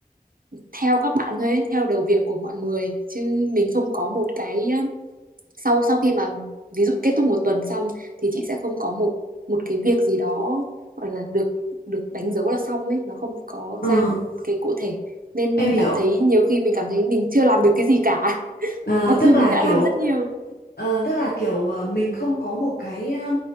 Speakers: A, on the right (about 60°); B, on the left (about 85°).
A: theo các bạn thôi ấy, theo đầu việc của mọi người chứ mình không có một cái um, sau sau khi mà ví dụ kết thúc một tuần xong thì chị sẽ không có một một cái việc gì đó gọi là được được đánh dấu là xong ấy nó không có
B: Ừ,
A: ra một cái cụ thể nên
B: em hiểu.
A: cảm thấy nhiều khi mình cảm thấy mình chưa làm được cái gì cả <laughs>
B: À,
A: mặc dù
B: tức
A: mình
B: là
A: đã
B: kiểu
A: làm rất nhiều
B: ờ, tức là kiểu ờ, mình không có một cái ờ,